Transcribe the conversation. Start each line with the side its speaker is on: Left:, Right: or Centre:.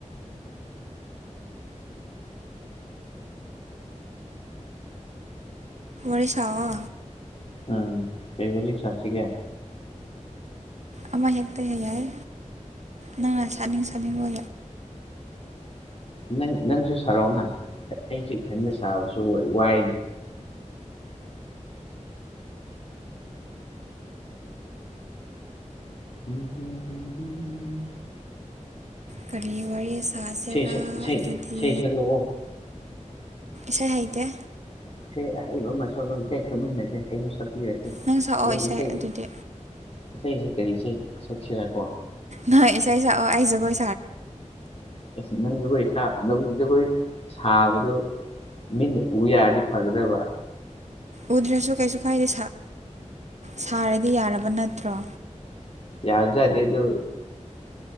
Right: ꯔꯤ ꯁꯕ
Left: ꯎꯝ ꯁꯤꯕꯨ ꯆꯁꯤ ꯀꯦ
Right: ꯑꯃ ꯍꯦꯛꯇ ꯍꯦꯛ ꯌꯥꯏ ꯅꯪꯅ ꯁꯥꯠꯅꯤꯡ ꯁꯥꯠꯅꯤꯡꯕ
Left: ꯅꯪ ꯅꯪꯁꯨ ꯁꯥꯔꯛꯑꯣ ꯅꯪ ꯑꯩꯁꯨꯦ ꯏꯊꯟꯗ ꯁꯥꯕꯁꯨ ꯋꯥꯏꯅꯦ ꯎꯝ ꯍꯝꯝ
Right: ꯀꯔꯤ ꯋꯥꯔꯤ ꯁꯥꯖꯔꯥ
Left: ꯁꯛ- ꯏꯁꯩ
Right: ꯑꯗꯨꯗꯤ
Left: ꯏꯁꯩ ꯁꯛꯂꯛꯑꯣ
Right: ꯁ ꯍꯥꯏꯗ
Left: ꯑꯩꯕ ꯃ ꯀꯥꯏ ꯈꯪꯃꯤꯟꯅꯁꯦ ꯑꯩꯕꯨ ꯁ <unintelligible> <unintelligible> <unintelligible> <unintelligible> <unintelligible>
Right: ꯅꯪ ꯁꯛꯑꯣ
Left: ꯦ ꯑꯩꯗꯤ ꯏꯁꯩ
Right: ꯑꯗꯨꯗꯤ
Left: ꯏꯁꯩꯁ ꯀꯔꯤ ꯏꯁꯩ ꯁꯛꯁꯤꯔꯀꯣ
Right: ꯅꯣꯏ ꯏꯁꯥꯏ ꯁꯑꯣ ꯍꯥꯏꯖꯒꯣꯏ
Left: ꯑ ꯅꯝ ꯖꯒꯣꯏ ꯁꯥ ꯑꯗꯨꯝ ꯖꯒꯣꯏ ꯁꯥꯕꯗꯣ ꯃꯤꯅ ꯎ ꯌꯥꯔꯗꯤ ꯐꯒꯗꯕ
Right: ꯎꯗ꯭ꯔꯁꯨ ꯀꯩꯁꯨ ꯀꯥꯏꯗꯦ ꯁꯥꯔꯗꯤ ꯌꯥꯔꯕ ꯅꯠꯇ꯭ꯔꯣ
Left: ꯌꯥꯎꯁꯨꯗ ꯑꯗꯨ